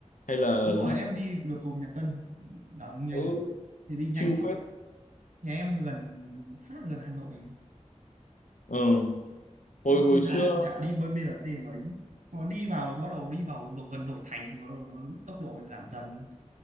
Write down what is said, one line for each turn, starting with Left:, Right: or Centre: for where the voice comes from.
Left: hay là hướng
Right: Đúng rồi,
Left: nào?
Right: em đi được cầu Nhật Tân. Đảo nhanh.
Left: Ừ,
Right: Thì đi nhanh
Left: chill
Right: mà.
Left: phết.
Right: Nhà em gần, sát là gần Hà Nội.
Left: Ờ, hồi
Right: Đi
Left: hồi
Right: ra
Left: xưa
Right: cũng chả đi bơi BRT mà ấy. Còn đi vào, bắt đầu đi vào nội- gần nội thành thì bắt đầu nó tốc độ giảm dần.